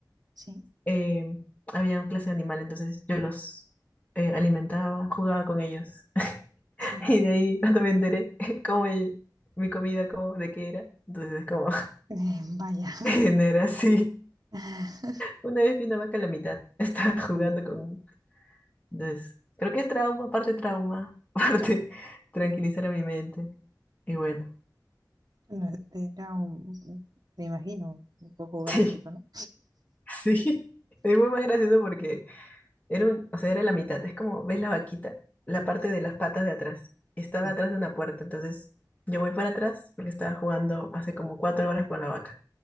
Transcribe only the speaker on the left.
eh, había una clase de animal, entonces yo los eh, alimentaba, jugaba con ellos. <laughs>
Y de ahí cuando me enteré <laughs> cómo el- mi comida, cómo, de qué era, entonces es como
<laughs> se genera así.
Una vez vi una vaca a la mitad, <laughs> estaba jugando
con... Entonces, creo que es trauma, parte trauma, <laughs> parte tranquilizar a mi mente. Y bueno,
<laughs> sí,
sí. Es muy más gracioso porque Era un- o sea, era la mitad. Es como, ¿ves la vaquita? La parte
de las patas de atrás. Estaba
atrás de una puerta. Entonces, yo voy para atrás porque estaba jugando hace como cuatro horas con la vaca.